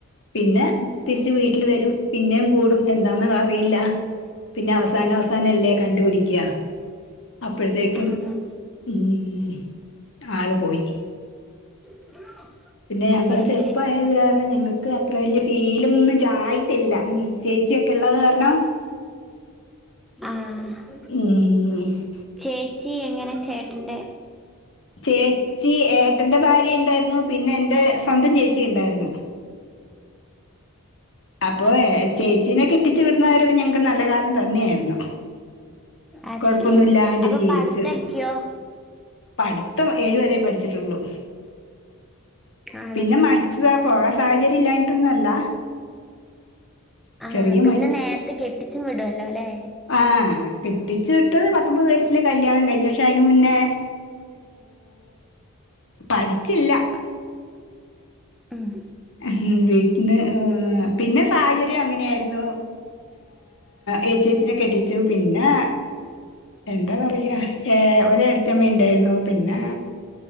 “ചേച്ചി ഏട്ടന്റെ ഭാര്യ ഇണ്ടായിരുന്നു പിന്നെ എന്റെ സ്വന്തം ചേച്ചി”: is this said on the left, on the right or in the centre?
Left